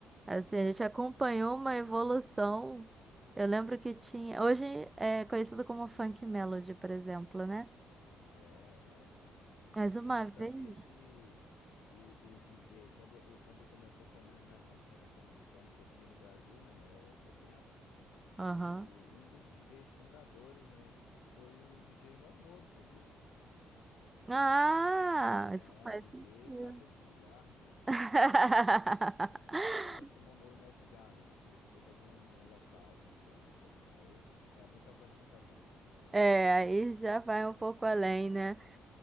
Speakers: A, on the right; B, on the left.
A: Assim, a gente acompanhou uma evolução. Eu lembro que tinha. Hoje é conhecido como Funk Melody, por exemplo, né?
B: É, é, é.
A: Mas uma
B: Você sabia
A: vez.
B: que o, o DJ, quando, o- quando começou essa mani- ma- manifestação de funk aqui no Brasil, né, na década de 70, o,
A: Aham.
B: o- um dos DJs fundadores, né, foi o DJ Malboro, sabia?
A: Ah,
B: É,
A: isso faz
B: DJ
A: sentido.
B: Caixa de Cigarro.
A: <laughs>
B: Claro que o Malboro não é o cigarro, né? Acredito que seja algum, algum local, alguma coisa, não sei. Aí é muita coisa para saber.
A: É, aí já vai um pouco além, né?